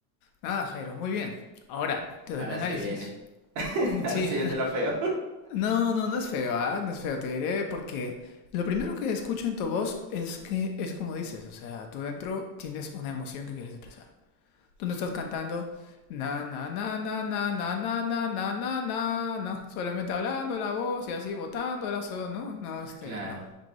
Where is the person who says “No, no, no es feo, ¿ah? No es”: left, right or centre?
Left